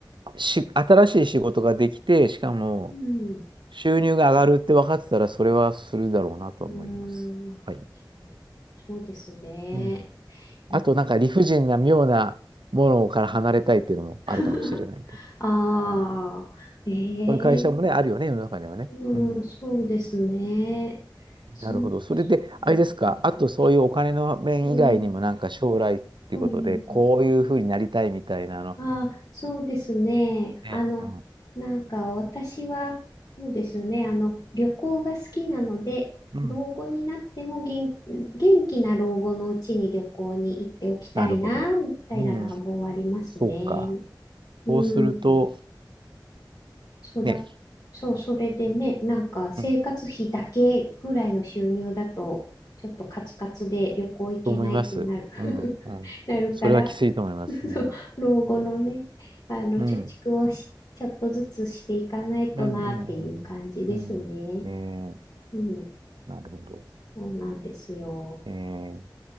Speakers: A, on the right; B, on the left.
A: し、新しい仕事ができて、しかも、
B: うん、う
A: 収入が上がるって分かってたら、それはするだろうなと思います。
B: ーん、まあ、
A: はい。
B: 確かに。そうですね。
A: うん。あと、
B: いや、
A: なんか理不尽な妙なものから離れたいっていうのもあるかもしれないけど。
B: <laughs> ああ、
A: うん。
B: ええ、
A: そういう会社もね、あるよね、世の中にはね。
B: うん、
A: うん。
B: そうですね。そう、
A: なるほど。それで、
B: そう
A: あれですか、
B: なんだ
A: あとそういうお金の面以外にも、
B: うん、
A: なんか将来っていうことで、
B: うん、うん。
A: こういうふうになりたいみたいなの。
B: ああ、そうですね。
A: ね、
B: あの、
A: う
B: なんか私は、そうですね。あの、旅行が好きなので、
A: ん。うん。
B: 老後になっても元、元気な老後のうちに旅行に行っておきたいな、
A: なるほど。
B: みたいな願望はありますね。
A: うん。そうか。
B: うん。
A: そうすると、
B: そうだ、
A: ね、
B: そう、それでね、なんか生活費だけぐらいの収入だと、
A: うん、
B: ちょっとカツカツで旅行行けないってなる。
A: と思います。
B: <laughs>
A: うん、うん。
B: なるから、
A: それはきついと思います。
B: <laughs>
A: うん。
B: そう老後のね、あの、
A: うん。
B: 貯蓄をしちょっとずつしていかないとなっていう感じですね。
A: うん、うん、うん。うんねえ、
B: うん、
A: なるほど。
B: そうなんですよ。
A: ええ、